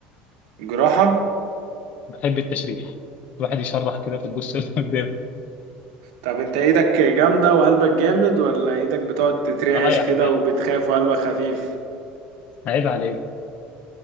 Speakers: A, on the right; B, on the left.
A: جراحة
B: بحب التشريح الواحد يشرح كده في الجثة اللي قدام
A: طب انت ايدك جامدة وقلبك جامد ولا ايدك بتقعد تترعش
B: اه يا
A: كده
B: عم
A: وبتخاف وقلبك خفيف
B: عيب عليك